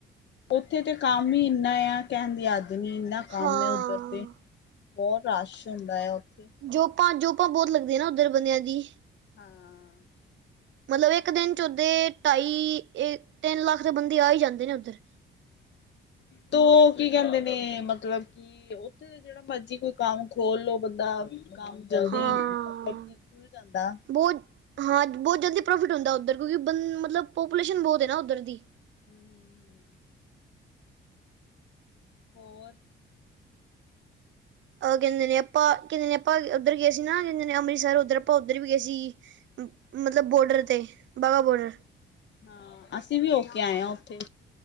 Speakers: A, on the left (about 65°); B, on the right (about 70°).
A: ਉੱਥੇ ਤੇ ਕੰਮ ਹੀ ਇੰਨਾ ਆ, ਕਹਿਣ ਦੀ ਹੱਦ ਨੀ। ਇਨਾ ਕੰਮ
B: ਹਾਂ
A: ਏ ਉੱਧਰ ਤੇ, ਬੋਤ ਰਸ਼ ਹੁੰਦਾ ਆ ਉੱਥੇ।
B: ਜੋਪਾਂ-ਜੋਪਾਂ ਬੋਤ ਲੱਗਦੀਆਂ ਨਾ ਉੱਧਰ ਬੰਦਿਆਂ ਦੀ।
A: ਹਾਂ।
B: ਮਤਲਬ, ਇੱਕ ਦਿਨ ਚ ਉਦੇ ਢਾਈ-ਤਿੰਨ ਲੱਖ ਤੇ ਬੰਦੇ ਆ ਹੀ ਜਾਂਦੇ ਨੇ। ਉੱਧਰ
A: ਤੋ ਕੀ ਕਹਿੰਦੇ ਨੇ, ਮਤਲਬ ਕਿ ਉੱਥੇ ਜੇੜਾ ਮਰਜੀ ਕੋਈ ਕੰਮ ਖੋਲ੍ਹ ਲੋ ਬੰਦਾ ਕੰਮ ਜਲਦੀ
B: ਹਾਂ,
A: ਮਤਲਬ ਕਿ ਖੁੱਲ ਜਾਂਦਾ।
B: ਬੋਤ ਹਾਂ, ਬੋਤ ਜਲਦੀ ਪ੍ਰੋਫਿਟ ਹੁੰਦਾ ਓਧਰ, ਕਿਉਂਕਿ ਬੰ ਮਤਲਬ ਪਾਪੂਲੇਸ਼ਨ ਬੋਤ ਏ ਨਾ ਉੱਧਰ ਦੀ।
A: ਹੂੰ-ਹੂੰ, ਹੂੰ। ਹੋਰ
B: ਅਹ ਕਹਿੰਦੇ ਨੇ ਆਪਾਂ, ਕਹਿੰਦੇ ਨੇ ਆਪਾਂ, ਉੱਧਰ ਗਏ ਸੀ ਨਾ ਕਿ ਕਹਿੰਦੇ ਨੇ ਅੰਮ੍ਰਿਤਸਰ ਉੱਧਰ ਆਪਾਂ ਉੱਧਰ ਵੀ ਗਏ ਸੀ ਮਤਲਬ ਬੋਡਰ ਤੇ, ਬਾਗਾ-ਬੋਡਰ।
A: ਹਾਂ ਅਸੀਂ ਵੀ ਹੋਕੇ ਆਏ ਹਾਂ ਉੱਥੇ।